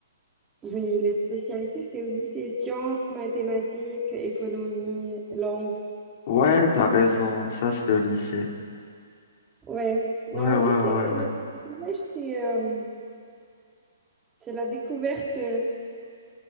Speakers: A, on the right; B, on the left.
A: Oui, les spécialités, c'est au lycée. Sciences, mathématiques, économie, langue.
B: Ouais, t'as raison, ça c'était au lycée.
A: Ouais. Non,
B: Ouais,
A: le,
B: ouais,
A: c'est-
B: ouais, ouais.
A: le collège, c'est euh, c'est la découverte. euh,